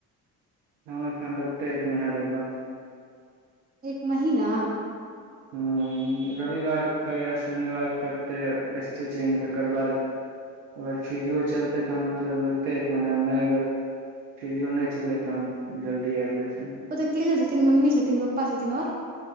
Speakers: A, on the right; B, on the right.
A: ह एखन लगतै एक महिना लगभग
B: एक महीना
A: ह रविवारके या शनिवार करते स्टिचिंग तकर बाद अगर फिजियो चलते तहन तऽ लगते एक महीना नहि अगर फिजियो नहि चललै तहन जल्दी आबि जेते
B: ओ तऽ केस छथिन मम्मी छथिन पप्पा छथिन आओर